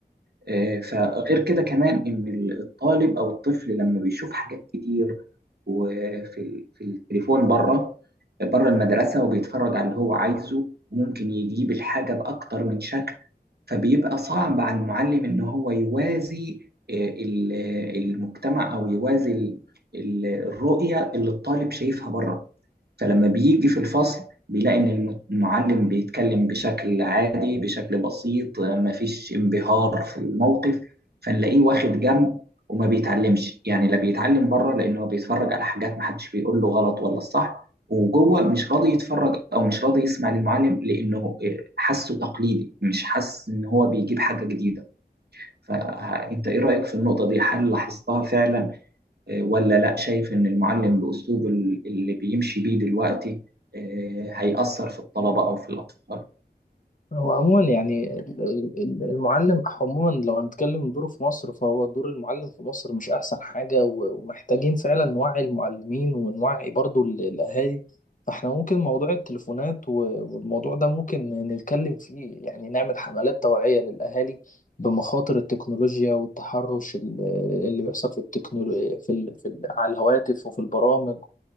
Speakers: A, on the right; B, on the left.
A: آه، فغير كده كمان ان الطالب او الطفل لما بيشوف حاجات كتير وفي ال- في التليفون بره بره المدرسه وبيتفرج على اللي هو عايزه ممكن يجيب الحاجه باكتر من شكل فبيبقى صعب على المعلم ان هو يوازي آه، ال- المجتمع او يوازي ال- ال- الرؤية اللي الطالب شايفها بره فلما بيجي في الفصل بيلاقي ان الم- المعلم بيتكلم بشكل عادي بشكل بسيط آه، مفيش انبهار في الموقف فنلاقيه واخد جنب وما بيتعلمش يعني لا بيتعلم بره لانه بيتفرج على حاجات محدش بيقول له غلط ولا الصح وجوه مش راضي يتفرج او مش راضي يسمع للمعلم لانه حاسه تقليدي مش حاسس ان هو بيجيب حاجه جديده فانت ايه رايك في النقطه دي هل لاحظتها فعلا آه، ولا لا شايف ان المعلم باسلوبه اللي بيمشي بيه دلوقتي آه، هيأثر في الطلبه او في الاطفال
B: هو عموما يعني ال- ال- ال- المعلم عموما لو هنتكلم من دوره في مصر فهو دور المعلم في مصر مش أحسن حاجة و- ومحتاجين فعلا نوعي المعلمين ونوعي برضو ال- الأهالي فاحنا ممكن موضوع التليفونات و- والموضوع ده ممكن نتكلم فيه يعني نعمل حملات توعية للأهالي بمخاطر التكنولوجيا والتحرش ال- اللي بيحصل في التكنولو... في ال... في ال... على الهواتف وفي البرامج